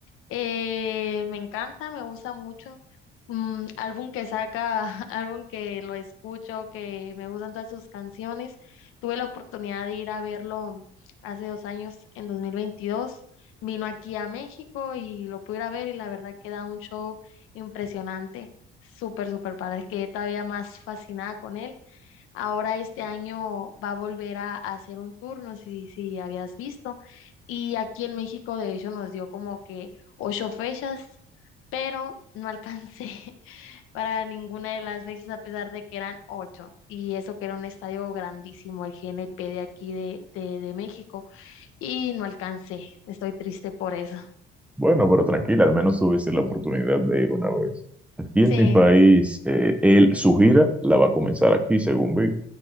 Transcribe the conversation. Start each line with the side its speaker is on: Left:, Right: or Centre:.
Left: Eh, me encanta, me gusta mucho. Mm, álbum que saca, <laughs> álbum que lo escucho, que me gustan todas sus canciones. Tuve la oportunidad de ir a verlo hace dos años, en dos mil veintidós Vino aquí a México y lo pude ir a ver y la verdad que da un show impresionante, súper, súper padre. Quedé todavía más fascinada con él Ahora este año va a volver a, a hacer un turno, si, si habías visto. Y aquí en México, de hecho, nos dio como que ocho fechas, pero no alcancé <laughs> para ninguna de las fechas a pesar de que eran ocho. Y eso que era un estadio grandísimo, el GNP de aquí de, de, de México. Y no alcancé. Estoy triste por eso.
Centre: Bueno, pero tranquila, al menos tuviste la oportunidad de ir una vez. Aquí en
Left: Sí,
Centre: mi país, eh, él, su gira la va a comenzar aquí, según vi,